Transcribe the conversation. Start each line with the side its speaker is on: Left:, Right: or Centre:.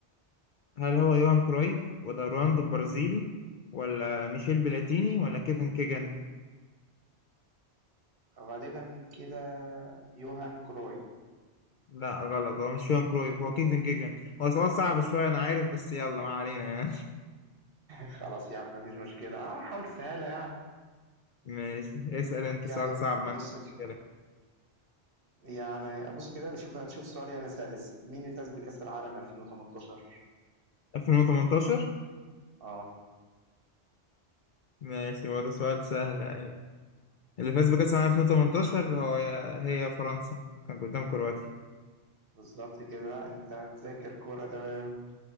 Left: هل هو يوهان كرويف ولا رونالدو البرازيلي ولا ميشيل بلاتيني ولا كيفن كيجن
Right: غالبا كده يوهان كروي <laughs>
Left: لا غلط هو مش يوهان كرويف هو كيفن كيجن هو سؤال صعب شوية أنا عارف بس يلا ما علينا يعني
Right: خلاص يا عم مفيش مشكلة آه، حاول تسهلها يعني
Left: <laughs> ماشي اسأل أنت
Right: يعني
Left: سؤال صعب من
Right: بص كده
Left: كده
Right: يعني بص كده شوف هتشوف سؤال هنا سلس مين اللي فاز بكأس العالم 2018
Left: 2018
Right: اه
Left: ماشي هو ده سؤال سهل أيوة اللي فاز بكأس العالم 2018 هو هي فرنسا كان قدام كرواتيا
Right: بالظبط كده لا انت مذاكر كورة تمام